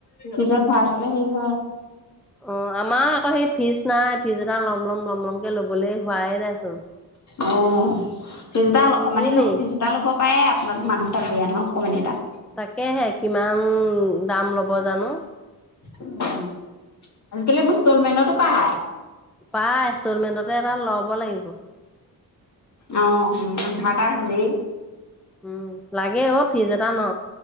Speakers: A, on the left; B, in the centre.
A: নিজত ভাত, হ'লে হেৰি হয়।
B: অ, আমাৰ আকৌ সেই ফিৰ্জ নাই, ফিৰ্জ এটা লম, লম, লম, লমকে ল'বলৈ হোৱাইে নাইচোন।
A: অ, ফিৰ্জডাল
B: নিমিলেই
A: অকমানি ল, ফিৰ্জডাল আকৌ পায় আপোনালোক মানুহ এটা বেয়া নহয়, অকমানি এটা।
B: তাকেহে কিমান দাম ল'ব জানো?
A: উম, আজিকালি এইবোৰ ষ্টলমেটতো পায়।
B: পায়, ষ্টলমেণ্টতে এটা ল'ব লাগিব।
A: অ, উম, ইনভাইটাৰ হ'লে।
B: উম, লাগে অ, ফিজৰ্জ এটা ন,